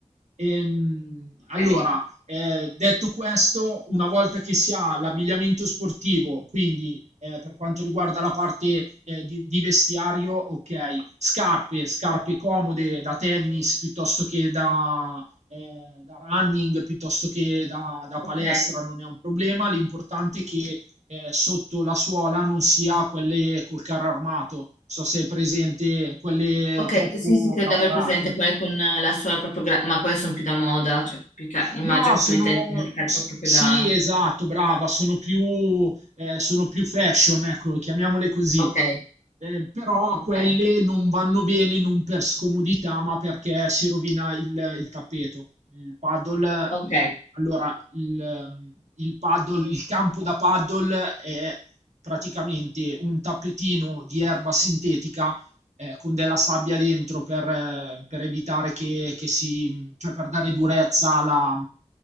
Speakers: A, on the right; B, on the left.
A: Ehm,
B: <laughs>
A: allora,
B: Ok.
A: eh, detto questo, una volta che si ha l'abbigliamento sportivo, quindi eh, per quanto riguarda la parte eh, di, di, vestiario, ok, scarpe, scarpe comode da tennis piuttosto che da, eh, da running, piuttosto che da, da, palestra,
B: Ok.
A: non è un problema, l'importante è che eh, sotto la suola non si ha quelle col carro armato, so se è presente, quelle
B: Ok,
A: troppo
B: sì, sì, credo
A: lavorate
B: di aver presente quelle con eh, la sola proprio, gra- ma quelle sono più da moda, cioè più che- immagino
A: No, sono...
B: che tu intendi una scarpa
A: s-
B: proprio
A: Sì,
B: da...
A: esatto, brava, sono più, eh, sono più fashion, ecco, chiamiamole così.
B: Ok,
A: Eh, però
B: ok,
A: quelle non vanno bene non per scomodità, ma perché si rovina il, il tappeto. Il paddle,
B: ok.
A: allora, il, il paddle, il campo da paddle è praticamente un tappetino di erba sintetica eh, con della sabbia dentro per, eh, per evitare che, che si cioè per dare durezza alla,